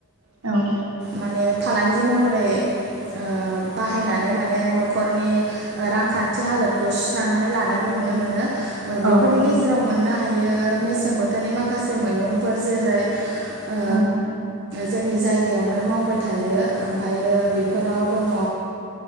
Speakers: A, on the right; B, on the right.
A: औ
B: माने फालांगि महरै ओ बाहायनानै माने माने न'खरनि रांखान्थि हालोदखौ सुस्रांनानै लानायखौ नुनो मोनो ओ
A: औ
B: बेफोरनि
A: औ
B: गेजेराव मोननो हायो दायो मेसें बोथोरनि माखासे मैगंफोर जेरै ओ
A: औ
B: जोंनि जायगायावनो मावबाय थायो ओमफायो बेफोराव दङ